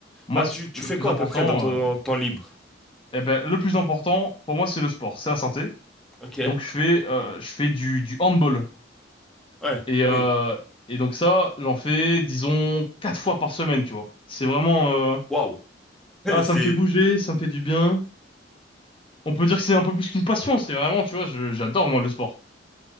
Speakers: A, on the left; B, in the centre.
A: Moi,
B: Bah, tu,
A: c-
B: tu
A: le
B: fais
A: plus
B: quoi
A: important,
B: à peu près dans ton
A: euh,
B: temps libre?
A: eh ben, le plus important pour moi, c'est le sport, c'est la santé.
B: Ok,
A: Donc je fais, euh, je fais du, du handball.
B: ouais,
A: Et, euh,
B: oui.
A: et donc ça, j'en fais, disons, quatre fois par semaine, tu vois. C'est vraiment, euh,
B: Waouh, <laughs>
A: ah,
B: c'est.
A: ça me fait bouger, ça me fait du bien. On peut dire que c'est un peu plus qu'une passion, c'est vraiment, tu vois, je- j'adore moi le sport.